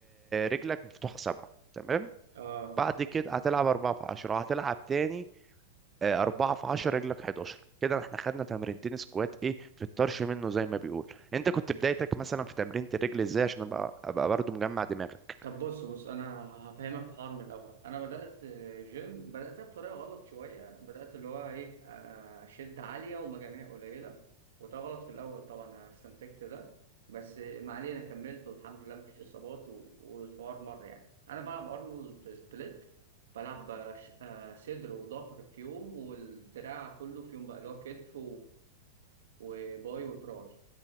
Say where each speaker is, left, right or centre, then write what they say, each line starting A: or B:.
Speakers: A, on the right (about 20°); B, on the right (about 75°).
A: رجلك مفتوحه سبعه تمام
B: اه
A: بعد كده هتلعب أربعة في عشرة هتلعب تاني آه، 4 في 10 رجلك 11 كده احنا خدنا تمرينتين سكوات ايه في الطرش منه زي ما بيقول انت كنت بدايتك مثلا في تمرينة الرجل ازاي عشان ابقى ابقى برضو مجمع دماغك
B: طب بص بص انا هفهمك الحوار من الاول انا بدات جيم بداتها بطريقه غلط شويه بدات اللي هو ايه آه، شد عاليه ومجاميع قليله وده غلط في الاول طبعا انا استنتجت ده بس ما علينا كملت والحمد لله مفيش اصابات و- والحوار مر يعني انا بلعب ارنولد سبليت بلعب آه، ش- آه، صدر وظهر في يوم والدراع كله في يوم بقى اللي هو كتف وباي وتراي